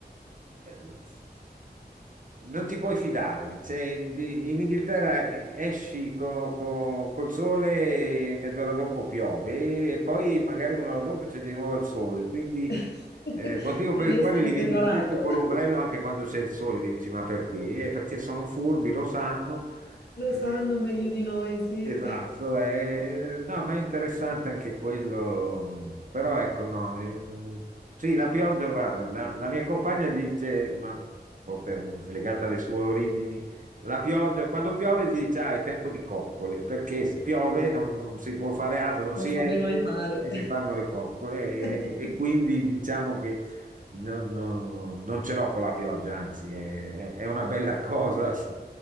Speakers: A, on the right; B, on the left.
A: eh, Non ti puoi fidare, cioè, in in Inghilterra eh, esci co- co- col sole e mezz'ora dopo piove e poi magari un'ora dopo c'è di nuovo il sole, quindi
B: <laughs>
A: eh, motivo
B: Devi
A: per il quale
B: essere
A: li vedi
B: preparato.
A: spesso con
B: <laughs>
A: l'ombrello anche quando c'è il sole, che dici ma perché? Eh, perché sono furbi, lo sanno,
B: Lo
A: eh,
B: sanno meglio di noi, sì.
A: Esatto, eh, no, ma è interessante anche quello, però ecco, no, eh, sì, la pioggia, guarda, la, la mia compagna dice, ma forse è un- è legata alle sue origini, la pioggia, quando piove si dice, ah, è tempo di coccole, perché se piove non, non si può fare altro, non si
B: Cosa
A: esce
B: puoi mai fare?
A: e si fanno le coccole
B: <laughs>
A: e, e quindi diciamo che non, non- non ce l'ho con la pioggia, anzi, è, è- è una bella cosa. <laughs>